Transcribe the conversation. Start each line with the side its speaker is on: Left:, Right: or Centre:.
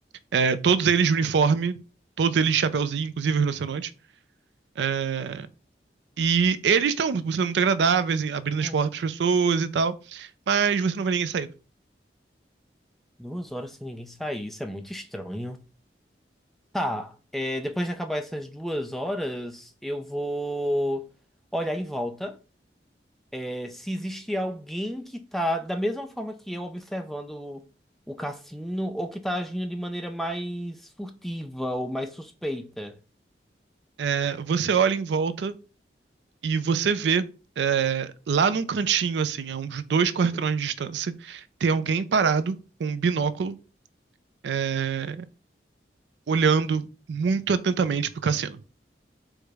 Right: É, todos eles de uniforme, todos eles de chapéuzinho, inclusive os rinocerontes. É, e eles estão sendo muito agradáveis, abrindo
Centre: Uhum.
Right: as portas para as pessoas e tal, mas você não vê ninguém saindo.
Centre: Duas horas sem ninguém sair, isso é muito estranho. Tá, é, depois de acabar essas duas horas, eu vou olhar em volta. É, se existe alguém que tá, da mesma forma que eu, observando o cassino, ou que tá agindo de maneira mais furtiva ou mais suspeita.
Right: É, você olha em volta e você vê é, lá num cantinho, assim, a uns dois quarteirões de distância, tem alguém parado com um binóculo, é, olhando muito atentamente pro cassino.